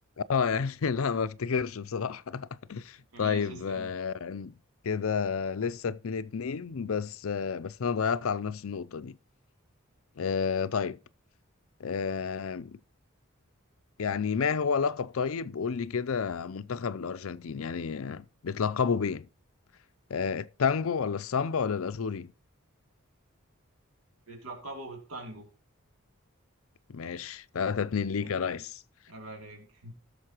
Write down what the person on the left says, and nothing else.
اه يعني <laughs> لا ما افتكرش بصراحة <laughs>
طيب
آه كده لسه اتنين اتنين بس آه بس انا ضيعت على نفس النقطة دي آه طيب آه، يعني ما هو لقب طيب قول لي كده منتخب الأرجنتين يعني آه، بيتلقبوا بإيه؟ آه، التانجو ولا السامبا ولا الأزوري؟
ماشي 3 2 ليك
يا ريس